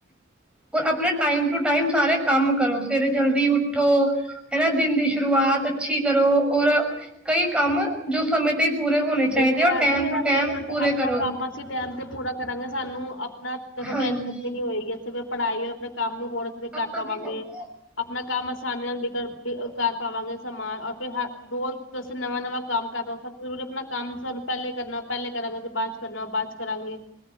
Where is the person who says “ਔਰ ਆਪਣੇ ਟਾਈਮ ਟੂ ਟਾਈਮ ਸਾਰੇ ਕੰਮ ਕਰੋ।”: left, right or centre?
Centre